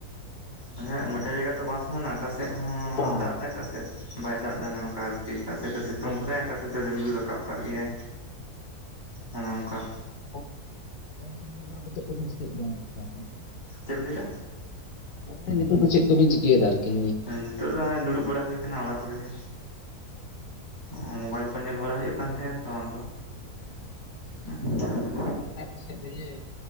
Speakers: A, on the left (about 30°); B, on the left (about 75°).
A: ᱦᱟᱸ ᱢᱟᱱᱮ ᱜᱚᱴᱟ ᱡᱟᱭᱜᱟ ᱛᱚ ᱵᱟᱥ ᱚᱱᱟᱠᱟ ᱟᱠᱟ ᱥᱮᱫ ᱦᱚᱸ
B: ᱵᱟᱝ
A: ᱫᱟᱜ ᱫᱟᱭ ᱟᱠᱟ ᱥᱮᱫ ᱵᱟᱭ ᱫᱟᱜ ᱫᱟ ᱚᱱᱮ ᱚᱱᱠᱟ ᱟᱨᱠᱤ ᱟᱠᱟᱥᱮᱫ ᱫᱚ ᱥᱤᱛᱩᱝ ᱠᱟᱫᱟ ᱟᱠᱟᱥᱮᱫ ᱫᱚ ᱨᱤᱢᱤᱞ ᱨᱟᱠᱟᱵ ᱠᱟᱜ ᱜᱮᱭᱟᱭ ᱚᱱᱮ ᱚᱱᱠᱟ᱾
B: <unintelligible>
A: ᱪᱮ ᱵᱤᱱ ᱞᱟᱭ ᱫᱟ?
B: <unintelligible> ᱱᱤᱛᱚᱜ ᱫᱚ ᱪᱮᱫ ᱠᱚᱵᱮᱱ ᱪᱤᱠᱟᱹᱭ ᱮᱫᱟ ᱟᱨᱠᱤ?
A: ᱱᱤᱛᱚᱜ ᱫᱚ ᱱᱚᱜ-ᱚᱭ ᱫᱩᱲᱩᱵ ᱵᱟᱲᱟ ᱦᱩᱭ ᱟᱠᱟᱱᱟ ᱚᱲᱟᱜ ᱠᱚᱨᱮ ᱜᱮ᱾ ᱦᱚᱸ ᱢᱳᱵᱟᱭᱤᱞ ᱠᱚ ᱧᱮᱞ ᱵᱟᱲᱟ ᱦᱳᱭᱳᱜ ᱠᱟᱱ ᱛᱟᱸᱦᱮᱱᱟ ᱛᱚ ᱟᱫᱚ᱾
B: ᱦᱮᱸ <unintelligible>
A: ᱦ <unintelligible>
B: ᱚᱱᱠᱟ ᱟᱯᱟᱥᱮᱡ ᱤᱭᱟᱹ